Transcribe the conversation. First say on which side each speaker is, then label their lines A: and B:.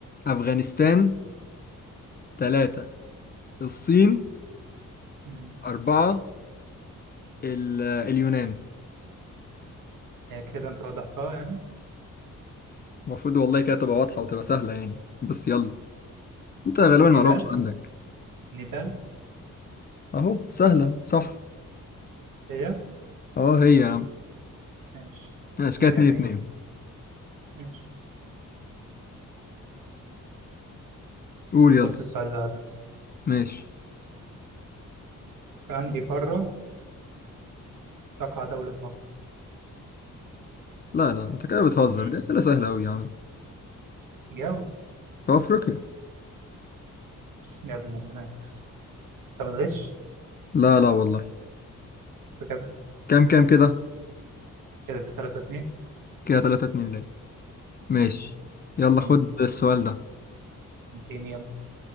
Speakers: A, on the left; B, on the right.
A: أفغانستان تلاتة الصين
B: مم.
A: أربعة ال- اليونان
B: آه كده انت وضحتها يعني
A: المفروض والله كده تبقى واضحة وتبقى سهلة يعني بس يلا انت غالبا
B: نيبال
A: المعلومة مش عندك
B: نيبال
A: اهو سهلة أهو، صح
B: هي
A: اهو هي يا عم
B: ماشي
A: ماشي
B: اتنين
A: كده اتنين
B: اتنين
A: اتنين
B: ماشي
A: قول يلا
B: بص السؤال بقى ده
A: ماشي
B: في انهي قارة تقع دولة مصر
A: لا لا انت كده بتهزر
B: مم.
A: دي أسئلة سهلة أوي يا عم
B: جاوب
A: في أفريقيا
B: يا ابن الله انت بتغش
A: لا لا والله
B: بجد
A: كام كام كده
B: كده تلاتة اتنين
A: كده 3 2 ليا ماشي
B: مم.
A: يلا
B: مم.
A: خد السؤال ده
B: اديني يلا